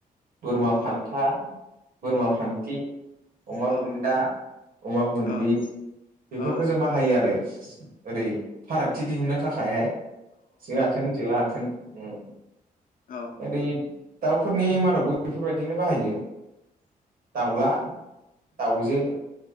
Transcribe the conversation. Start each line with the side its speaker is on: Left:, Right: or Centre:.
Right: बोरमा
Left: नंगौ
Right: फान्था बोरमा
Left: औ
Right: फान्थि अमा
Left: औ
Right: बुन्दा अमा बुन्ददि
Left: औ औ
Right: बेफोरखौ
Left: औ औ
Right: जों बाहा यो आरो ओरै फारागथि दिहुननो थाखायहाय जो आथोन जोला आथोन ओम
Left: औ
Right: ओरै दाउफोरनि मादावबो बेफोरबायदिनो बाहायो दाउला दाउजो